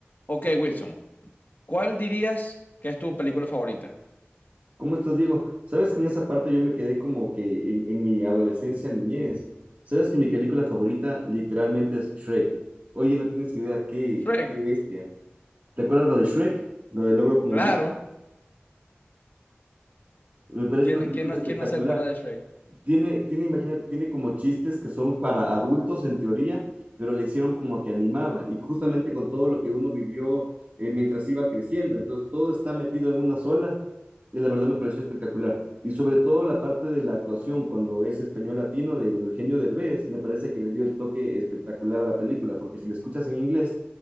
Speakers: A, on the left; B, on the right.
A: Ok, Wilson, ¿cuál dirías que es tu película favorita?
B: ¿Cómo estás, Diego? Sabes que en esa parte yo me quedé como que en, en mi adolescencia, niñez. Sabes que mi película favorita literalmente es Shrek. Oye, no tienes idea, qué,
A: Shrek,
B: qué bestia. ¿Te acuerdas la de Shrek? La del logro con
A: claro.
B: el burro. Me parece
A: ¿Quién,
B: una película
A: quién no,
B: espectacular.
A: quién no se acuerda de Shrek?
B: Tiene, tiene, imagínate, tiene como chistes que son para adultos en teoría, pero la hicieron como que animada y justamente con todo lo que uno vivió eh, mientras iba creciendo. Entonces, todo está metido en una sola y la verdad me pareció espectacular. Y sobre todo la parte de la actuación, cuando es español latino de Eugenio Derbez, me parece que le dio el toque espectacular a la película, porque si la escuchas en inglés,